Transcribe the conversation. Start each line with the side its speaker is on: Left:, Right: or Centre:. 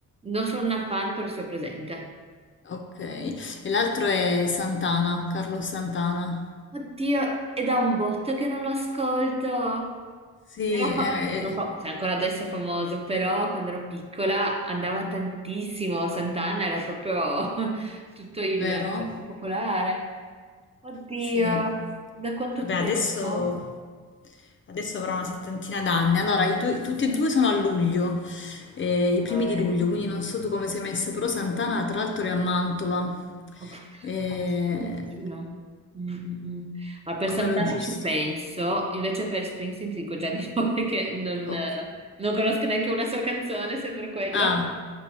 Right: Non sono una fan, però sono presente.
Left: Ok, e l'altro è Santana, Carlos Santana.
Right: Oddio, è da un botto che non lo ascolto.
Left: Sì,
Right: Era
Left: è,
Right: fa-
Left: è-
Right: non fa- cioè, ancora adesso è famoso, però quando ero piccola andava tantissimo. Sant'Anna era proprio <laughs> tutto il
Left: vero?
Right: cioè, più popolare. Oddio,
Left: Sì.
Right: da quanto
Left: Vabbè,
Right: tempo?
Left: adesso, adesso avrò una settantina d'anni. Allora, i due- tutti e due sono a luglio, eh, i primi
Right: Ok.
Left: di luglio, quindi non so tu come sei messo, però Santana tra l'altro è a Mantova,
Right: Ok.
Left: eh,
Right: Ah, Santino. Mm, mm, mm. Allora, per
Left: come
Right: Santana
Left: logistica.
Right: ci penso, invece per Springsteen ti dico già di no <laughs> perché non,
Left: Ok.
Right: eh, non conosco neanche una sua canzone, se per quello
Left: Ah,